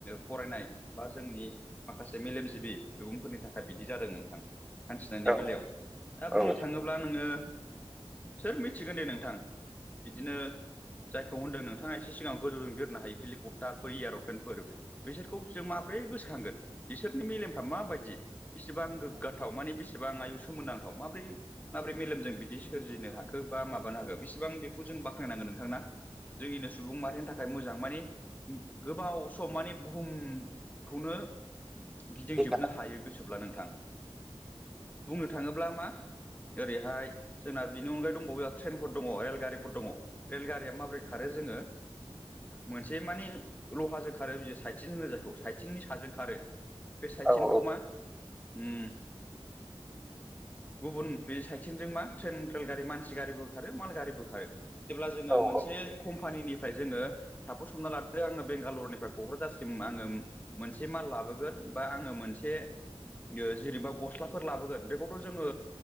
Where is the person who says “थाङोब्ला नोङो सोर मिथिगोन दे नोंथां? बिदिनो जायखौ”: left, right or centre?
Left